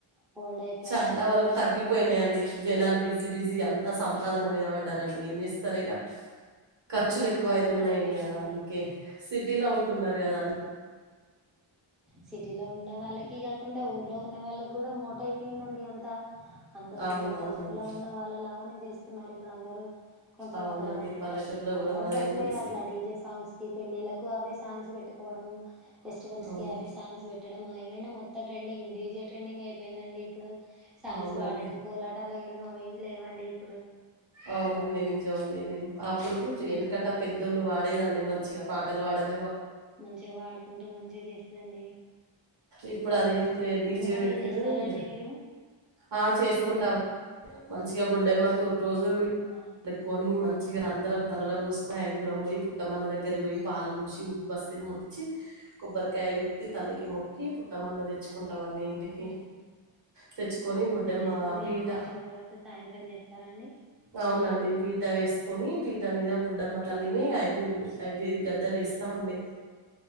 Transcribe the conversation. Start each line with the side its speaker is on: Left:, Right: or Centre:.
Centre: హోల్డ్ అయిపోయాయండి
Right: చాలా
Centre: మొత్తం
Right: వరకు తగ్గిపోయినాయండి జనాలు బిజి బిజీగా
Centre: ఉమ్,
Right: అంతా సంపాదన మీద పడ్డారు రండి ఏం చేస్తారికా ఖర్చులు
Centre: అవంతా
Right: ఎక్కువ అయితున్నాయి
Centre: ఓల్డ్ అయిపోయిందండి
Right: గదా అందుకే సిటీలో ఉన్ ఉన్నారు గదా అ
Centre: ఉమ్ సిటీలో ఉండే వాళ్ళకి గద్ కుండా ఊర్లో ఉన్న వాళ్ళకి గుడా మోట అయిపోయిందండి అంత అంత
Right: అవునవునండి
Centre: సిటీ కల్చర్లో ఉన్న వాళ్ళ లాగానే జేస్తున్నారు ఇప్పుడు అందరు కొంచమే
Right: అవునండి పల్లెటూరులో కూడా
Centre: అలవాటు
Right: మాదే
Centre: పడిపోయారు
Right: ఉంది సి
Centre: అట్లా డీజే సాంగ్స్ కి పెళ్ళిలకు అవే సాంగ్స్ పెట్ తికోవడం ఫెస్టివల్స్
Right: అవును
Centre: ఇవే సాంగ్స్ పెట్టడం ఆ ఏమైనా మొత్తం ట్రెండింగ్ డీజే ట్రెండింగ్ అయిపోయిందండి ఇప్పుడు సాంగ్స్
Right: అవునండి
Centre: వాడడం కోలాటాల ఇ మావెం లేవండి ఇప్పుడు
Right: అవును అండి నేన్ నిజమండీ అప్ ఇప్పుడు ఎనకట
Centre: ఉమ్,
Right: పెద్దోళ్ళు వాడేదండి మంచిగా పా తెల్వాడద్
Centre: మంచిగా పాడుకుంటూ మంచిగా చేస్తుదండి
Right: ఇప్పుడు అదేం లేదు డీజే
Centre: పండుగ
Right: పెట్డుడు
Centre: చేస్తారా
Right: ఇక
Centre: అండి మీరు
Right: ఆ చేసుకుంటామ్ మంచిగా బొడ్డెమ్మ కొన్రోజువీ
Centre: ఉమ్, మా
Right: కొని నచ్చగా అందరం తలలో పోస్ మా ఐదుగురమ్మాయి పుట్ట మన దగ్గర పోయి పాలు పోసి ఊద్ బస్తని ముచ్చి కొబ్బరికాయ కొట్టి తల్లికి మొ కే పుట్ట మన్నద తెచ్చుకుంటామండి ఇంటికి
Centre: ఉమ్.
Right: తెచ్చుకొని బొడ్డమ్మ
Centre: తెచ్చేసుకొని
Right: పీట
Centre: అవి పెట్టిన తర్వాత సాయంత్రం చేస్తారండి
Right: అవునండి పీట వేసి పొనీ పీట మీద బుడ్డమ్మ తల్లిని అయిత్ ఉమ్ అయిదే గద్దలిస్తామండి